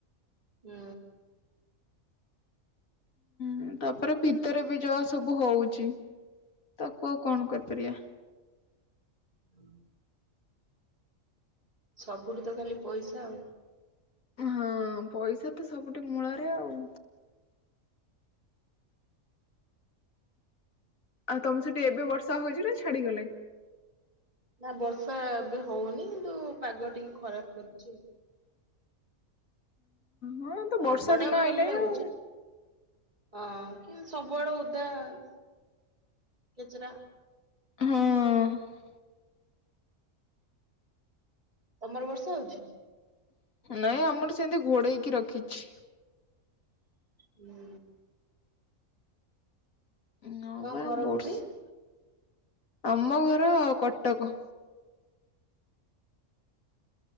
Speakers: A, on the right; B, on the left.
A: ହୁଁ।
B: ହୁଁ ତାପରେ ଭିତରେ ବି ଯହା ସବୁ ହଉଛି ତାକୁ ଆଉ କଣ କରିପାରିଆ।
A: ହୁଁ। ସବୁଠି ତ ଖାଲି ପଇସା ଆଉ।
B: ଆଉ ହଁ ପଇସା ତ ସବୁଠି ମୂଳରେ ଆଉ। ଆଉ ତମ ସେଠି ଏବେ ବର୍ଷା ହଉଛି ନା ଛାଡିଗଲାଇଁ?
A: ନା ବର୍ଷା ଏବେ ହଉନି କିନ୍ତୁ ପାଗ ଟିକେ ଖରାପ କରିଛି ଆଉ।
B: ହଁ ତ
A: ପାଗଟା
B: ବର୍ଷା ଦିନ
A: ଭଲ
B: ଆଇଲାଇ
A: ଲାଗୁଛି।
B: ଆଉ।
A: ହଁ କିନ୍ତୁ ସବୁଆଡ ଓଦା କେଚରା।
B: ହଁ।
A: ତମର ବର୍ଷା ହଉଛି?
B: ନାଇଁ ଆମର ସେମିତି ଘୋଡ଼େଇକି ରଖିଛି।
A: ହୁଁ।
B: ଉଁ ହଁ
A: ତମ
B: ବା
A: ଘର
B: ବର୍ଷ
A: କୋଉଠି?
B: ଆମ ଘର କଟକ।